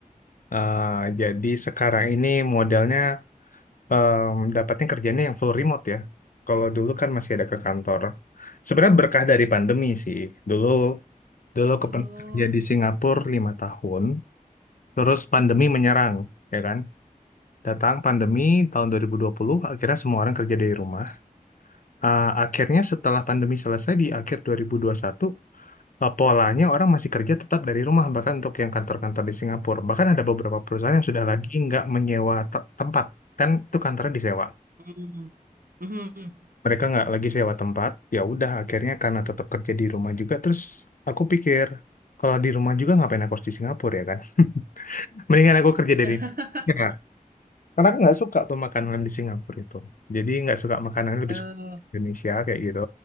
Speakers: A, on the left (about 65°); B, on the right (about 80°).
A: Eh, jadi sekarang ini modelnya em, dapatnya kerjanya yang full remote ya. Kalau dulu kan masih ada ke kantor. Sebenarnya berkah dari pandemi sih. Dulu dulu
B: Oh,
A: kepen kerja di Singapura lima tahun, terus pandemi menyerang, ya kan? Datang pandemi tahun 2020, akhirnya semua orang kerja dari rumah. Ah, akhirnya setelah pandemi selesai di akhir 2021, ah, polanya orang masih kerja tetap dari rumah, bahkan untuk yang kantor-kantor di Singapura. Bahkan ada beberapa perusahaan yang sudah
B: Oh.
A: lagi nggak menyewa te- tempat, kan itu kantornya disewa.
B: Mm. Mhm.
A: Mereka nggak lagi sewa tempat, ya udah akhirnya karena tetap kerja di rumah juga, terus aku pikir, kalau di rumah juga ngapain aku harus di Singapura ya kan? <laughs> Mendingan aku kerja
B: <laughs>
A: dari... Ya. Karena aku nggak suka tuh makanan di Singapura itu. Jadi nggak suka makanan lebih
B: eh,
A: suka Indonesia kayak gitu.